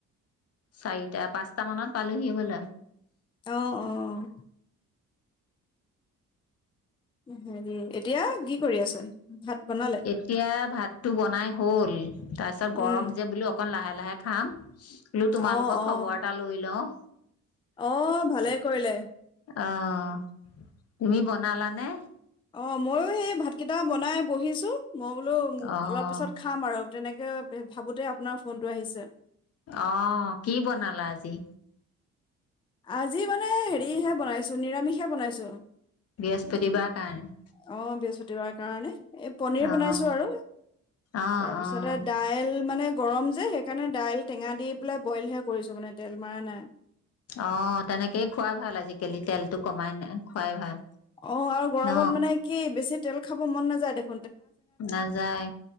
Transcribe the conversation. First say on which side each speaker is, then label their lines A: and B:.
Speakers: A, on the left (about 55°); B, on the left (about 15°).
A: চাৰিটা পাঁচটা মানত পালোহি হবলা।
B: অ' অ' হেৰি, এতিয়া কি কৰি আছে? ভাত বনালে?
A: এতিয়া, ভাত টো বনাই হ'ল। তাৰপিছত গৰম
B: উম,
A: যে, বোলো অকণ লাহে লাহে খাম বোলো, তোমালোকক
B: অ', অ',
A: খবৰ এটা লৈ লও
B: অ' ভালেই কৰিলে।
A: অ' তুমি বনালা নে?
B: অ' মইয়ো সেই ভাতকেইটা বনাই বহিছোঁ। মই বোলো,
A: অ',
B: অলপ পিছত খাম আৰু তেনেকে ভাবোতে আপোনাৰ ফোনটো আহিছে।
A: অ' কি বনালা আজি?
B: আজি মানে হেৰিহে বনাইছো নিৰামিষহে বনাইছো।
A: বৃহস্পতিবাৰ
B: উম,
A: কাৰণে
B: অ বৃহস্পতিবাৰ কাৰণে এই পনিৰ
A: অ',
B: বনাইছো আৰু,
A: অ',
B: তাৰপিছতে
A: অ',
B: দাইল, মানে গৰম যে, সেইকাৰণে দাইল টেঙা দি পেলাই বইলহে কৰিছো মানে, তেল মৰা নাই।
A: অ' তেনেকেই খুৱাই ভাল, আজিকালি তেলতটো কমাই ন খোৱাই ভাল।
B: অ' আৰু গৰমত
A: ন?
B: মানে কি বেছি তেল খাব মন নাযায় দেখ
A: নাযায়,